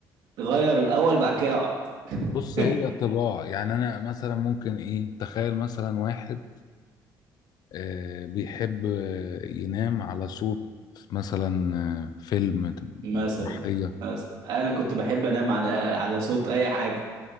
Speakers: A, on the right; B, on the left.
A: غير الاول بعد كده اقعد <laughs>
B: بص هي طباع يعني انا مثلا ممكن ايه تخيل مثلا واحد آه بيحب آه ينام على صوت مثلا آه فيلم
A: مثلا
B: مسرحية
A: بس انا كنت بحب انام على على صوت اي حاجه